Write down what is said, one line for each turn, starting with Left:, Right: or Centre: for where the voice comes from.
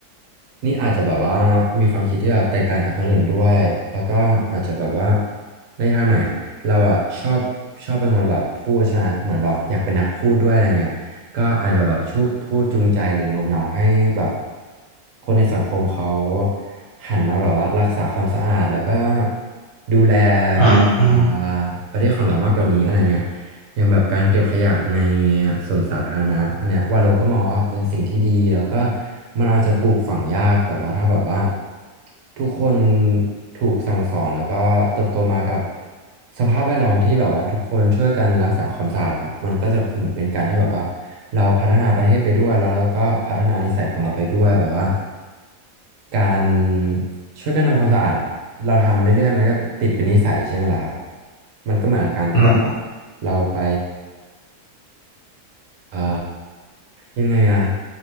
Right: นี่อาจจะแบบว่ามีความคิดที่แบบแตกต่างจากคนอื่นด้วย แล้วก็อาจจะแบบว่าในทางไหนอ่ะเราอ่ะชอบชอบเป็นคนแบบพูดใช่ไหมเหมือนแบบอยากเป็นนักพูดด้วยอะไรเงี้ยก็อาจจะแบบชูพูดจูงใจหรือโน้มน้าวให้แบบคนในสังคมเขาหันมาแบบว่ารักษาความสะอาดแล้วก็ดูแล
Left: อืมอืม
Right: อ่าประเทศของเรามากกว่านี้อะไรเงี้ย อย่างแบบการเก็บขยะในสวนสาธารณะอันเนี้ยวาโลก็มองว่าเป็นสิ่งที่ดีแล้วก็มันอาจจะปลูกฝังยากแต่ว่าถ้าแบบว่าทุกคนถูกสั่งสอนแล้วก็เติบโตมากับสภาพแวดล้อมที่แบบว่าทุกคนช่วยกันรักษาความสะอาดอะครับมันก็จะเหมือนเป็นการที่แบบว่าเราพัฒนาประเทศไปด้วยแล้วเราก็พัฒนานิสัยของเราไปด้วยแบบว่าการ ช่วยกันทำความสะอาดอะเราทำเรื่อยๆมันก็ติดเป็นนิสัยใช่ไหมล่ะครับมันก็เหมือนกับการที่แบบว่า
Left: อืม
Right: เราไปเอ่อยังไงอะ